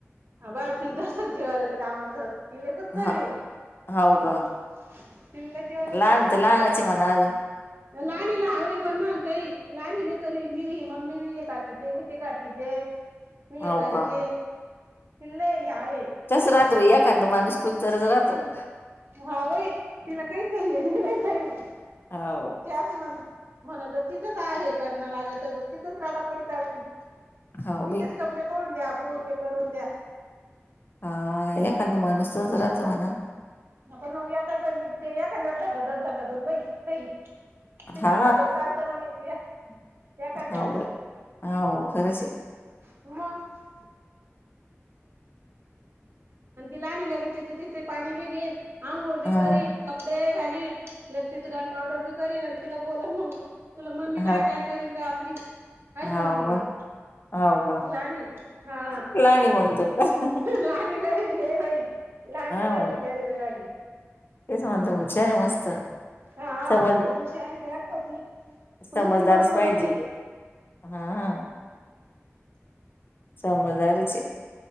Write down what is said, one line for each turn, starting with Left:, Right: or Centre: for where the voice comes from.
Right: अबा ति तरसच जेवाार येत कामाचं,, तिले खूत त
Left: हा
Right: रेऽ
Left: हाव का
Right: दिल्लतीि वर
Left: लहान
Right: स खाऽ
Left: तर लहानच आहे म्हणा अजून.
Right: लाणीला हवे पण मागताई,, लानीले करवी मी मम्मी नाही का ते मीऽ ते गाची ते, मी हे
Left: हो
Right: करी
Left: का
Right: ते तिल्ले या्यावेऽ
Left: तस राहतं बाई एखादा माणूस कुच तरच राहतं.
Right: हावय, तिला काही सय नाही नाही कायऽ
Left: हो,
Right: म्हण म्हणत तिथंच आहे करणं लागत, तिथंच राधा पडी चालतीऽ
Left: हो
Right: तिचेच
Left: बाई
Right: कपडे पाहून द्या, पोते करून द्या,
Left: हाखदा माणूसच राहत म्हणा.
Right: ग पण याकाच ते याकाच धकतच धकतच बाई,, सई,, ति दाखतात
Left: हा
Right: चालतं मग. एखाद्याच
Left: हो ब ई,, हो खरच,
Right: मगऽ आणि ती लाणी लगे तिचे,, तिचे,, पाणी बिघेईन आंघोळ बी
Left: हा
Right: करी,, कपडे घालीवी,, लग तिच घण पावर्डर बी करीन,, आणि तिला बोला मग तुला मम्मी काय
Left: हा
Right: काय करेन ग आपली. अशी
Left: हाव
Right: म्हणती
Left: व
Right: ल की,,,
Left: हाव
Right: लाणी हाऽ
Left: का म्हणतोऽ
Right: लणी लई हे होई,, लणी
Left: हा
Right: लेऊ
Left: म्हणलं
Right: शर भावानीऽ
Left: तेच म्हणत हुशारे मस्तऽ
Right: हा
Left: समज,,
Right: हुशारी द्याता ती
Left: समजदारच
Right: मजूक तिलाच बोलती
Left: पाहिजे. हा हा समदारचे